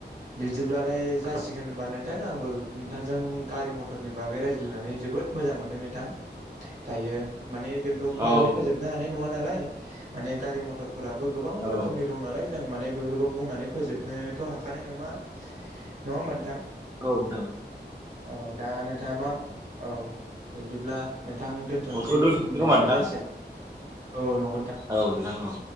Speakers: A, on the right; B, on the right.
A: बिदिब्लालाय जासिगोन होनबा नोंथां आंबो नोंथांजों गारि मथरनि बागै रायज्लायनानै जोबोद जोबोद मोजां मोनदों नोंथां दायो माने जोंथ' बुंनानै
B: औ
A: फोजोबनो हानाय नङा नालाय माने गारि मथरफोराबो गोबां
B: औ
A: रोखोमनि दं नालाय जों माने बेफोरखौ बुंनानै फोजोबनोथ' हाखानाय नङा नङा होमबा नोंथां
B: नोंथां
A: औ दा नोंथाङा मा औ बिदिब्ला नोंथां दोनथ'नोसै
B: कलखौ दोनथ'सै
A: होननायानो
B: खोमा नोंथां
A: जासिगोन औ नं
B: औ नोंथां औ